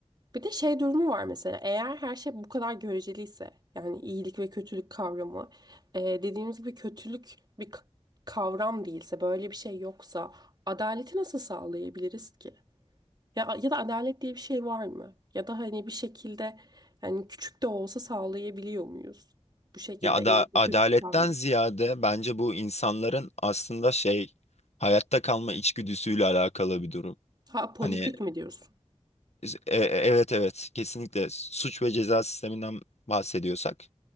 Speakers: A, on the right; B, on the left.
A: bir de şey durumu var mesela eğer her şey bu kadar göreceliyse yani iyilik ve kötülük kavramı eee, dediğimiz gibi kötülük bir k- kavram değilse böyle bir şey yoksa adaleti nasıl sağlayabiliriz ki? Ya, ya da adalet diye bir şey var mı? Ya da hani bir şekilde yani küçük de olsa sağlayabiliyor muyuz? Bu şekilde
B: Ya ada
A: elini
B: adaletten
A: kötü kalmıyor.
B: ziyade bence bu insanların aslında şey hayatta kalma içgüdüsüyle alakalı bir durum.
A: Ha politik
B: Hani
A: mi diyorsun?
B: e- e- evet evet kesinlikle suç ve ceza sisteminden bahsediyorsak